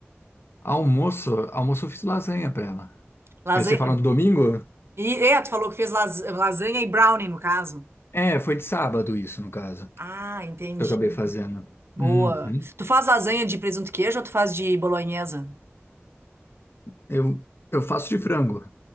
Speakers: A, on the left (about 60°); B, on the right (about 65°).
A: Almoço, almoço eu fiz lasanha para ela.
B: Lasanha?
A: Mas você falando do domingo?
B: E, é, tu falou que fez las- lasanha e brownie, no caso.
A: É, foi de sábado isso, no caso, que
B: Ah, entendi.
A: eu acabei fazendo.
B: Boa.
A: Uhum.
B: Tu faz lasanha de presunto e queijo ou tu faz de bolonhesa?
A: Eu, eu faço de frango.